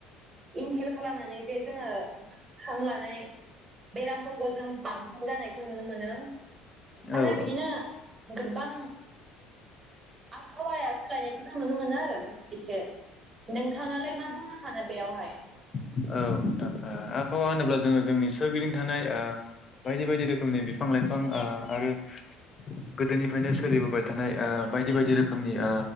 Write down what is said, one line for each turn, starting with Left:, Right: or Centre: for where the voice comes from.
Right: इनहेल खालामनानै जे जोङो हां लानाय बेरामफोरखौ जों बांसिन जानायखौ नुनो मोनो।
Left: औ
Right: आरो बिदिनो
Left: औ
Right: गोबां आबहावाया सोलायनायखौ जों नुनो मोनो आरो एसे नोंथाङालाय मा बुंनो सानो बेवहाय?
Left: नोंथां आबहावा होनोब्ला जोङो जोंनि सोरगिदिं थानाय ओ बायदि बायदि रोखोमनि बिफां लाइफां ओ आरो गोदोनिफ्रायनो सोलिबोबाय थानाय बायदि बायदि रोखोमनि ओ